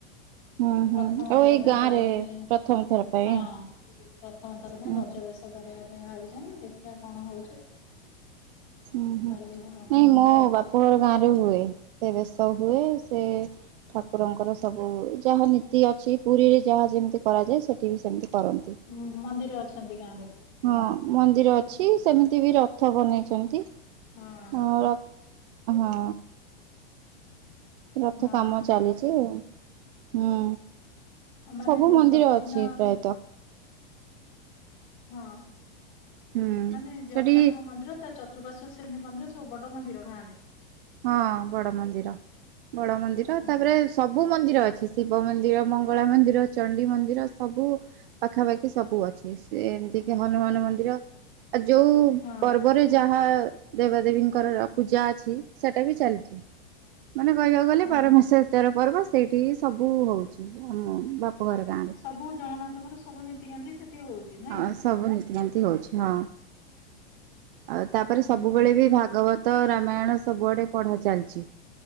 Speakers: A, on the right (about 65°); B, on the left (about 50°).
A: ହୁଁ ହୁଁ
B: ପ୍ରଥମ
A: ଆଉ
B: ଥର
A: ଏଇ
B: ପାଇଁ
A: ଗାଁରେ
B: କରିବା ପାଇଁ
A: ପ୍ରଥମ ଥର ପାଇଁ।
B: ହଁ। ପ୍ରଥମ ଥର ପାଇଁ
A: ହୁଁ
B: ଗଜ ବେସ କରିବା ପାଇଁ ଭାବିଛନ୍ତି ଦେଖିବା କଣ ହଉଛି।
A: ଉଁ ହୁଁ
B: କାଲି ହବ।
A: ନାଇଁ ମୋ ବାପ ଘର ଗାଁରେ ହୁଏ ସେ ବେସ ହୁଏ ସେ ଠାକୁରଙ୍କର ସବୁ ଯାହା ନୀତି ଅଛି ପୁରୀରେ ଯାହା ଯେମିତି କରାଯାଏ ସେଠି ବି ସେମିତି କରନ୍ତି।
B: ହୁଁ ମନ୍ଦିର ଅଛନ୍ତି ଗାଁରେ?
A: ହଁ ମନ୍ଦିର ଅଛି ସେମିତି ବି ରଥ ବନେଇଛନ୍ତି।
B: ହଁ
A: ହଉ ରଖ ହଁ। ରଥ
B: ମା
A: କାମ
B: ମନ୍ଦିର
A: ଚାଲିଛି
B: ଅଛନ୍ତି।
A: ଆଉ। ହୁଁ।
B: ମାନେ
A: ସବୁ ମନ୍ଦିର
B: ପ୍ରତିଦିନ
A: ଅଛି ପ୍ରାୟତଃ।
B: ହଁ,
A: ହୁଁ
B: ମାନେ ଜଗନ୍ନାଥଙ୍କ
A: ସେଠି
B: ମନ୍ଦିର ତା ଚତ ଚତୁପାର୍ଶ୍ୱରେ ସେମତି ମନ୍ଦିର, ସବୁ ବଡ଼ ମନ୍ଦିର ଗାଁରେ।
A: ହଁ, ବଡ ମନ୍ଦିର। ବଡ଼ ମନ୍ଦିର,
B: ହୁଁ
A: ତାପରେ ସବୁ ମନ୍ଦିର ଅଛି। ଶିବ ମନ୍ଦିର, ମଙ୍ଗଳା ମନ୍ଦିର, ଚଣ୍ଡି ମନ୍ଦିର ସବୁ ପାଖାପାଖି ସବୁ ଅଛି। ସେ ଏମତି କି ହନୁମାନ ମନ୍ଦିର ଆଉ ଯୋଉ
B: ହଁ
A: ପର୍ବରେ ଯାହା ଦେବାଦେବୀଙ୍କର ପୂଜା ଅଛି ସେଇଟା ବି ଚାଲିଛି। ମାନେ କହିବାକୁ ଗଲେ
B: ହଁ
A: ବାରମାସ
B: ହଁ
A: ସଟାର ପର୍ବ, ସେଇଠି ହି ସବୁ ହଉଛି, ଆମ ବାପଘର ଗାଁରେ।
B: ସବୁ ଜଗନ୍ନାଥଙ୍କର ସବୁ ନୀତିକାନ୍ତି ସେଠି ହଉଛି। ନାଇଁ
A: ହଁ, ସବୁ ନୀତିକାନ୍ତି ହଉଛି ହଁ। ଆଉ ତାପରେ
B: ହୁଁ
A: ସବୁବେଳେ
B: ହୁଁ
A: ବି ଭାଗବତ, ରାମାୟଣ ସବୁଆଡେ ପଢା ଚାଲିଚି।